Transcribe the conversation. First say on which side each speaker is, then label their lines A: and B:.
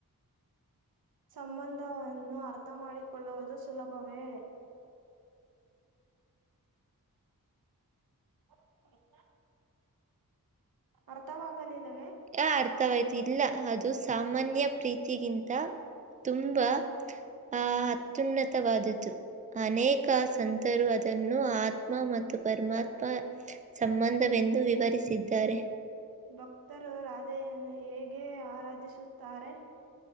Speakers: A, on the right; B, on the right.
A: ಸಂಬಂಧವನ್ನು ಅರ್ಥ ಮಾಡಿಕೊಳ್ಳುವುದು ಸುಲಭವೇ <unintelligible> ಅರ್ಥಾವಾಗಲಿಲ್ಲ
B: ಆ ಅರ್ಥವಾಯ್ತು ಇಲ್ಲ ಅದು ಸಾಮಾನ್ಯ ಪ್ರೀತಿಗಿಂತ ತುಂಬಾ ಆ ಅತ್ಯುನ್ನವಾದುದ್ದು ಅನೇಕ ಸಂತರು ಅದನ್ನು ಆತ್ಮ ಮತ್ತು ಪರಮಾತ್ಮ ಸಂಬಂಧವೇ ಎಂದು ವಿವರಿಸಿದ್ದಾರೆ.
A: ಭಕ್ತರು ರಾಧೆಯನ್ನು ಹೇಗೆ ಆರಾಧಿಸುತ್ತಾರೆ.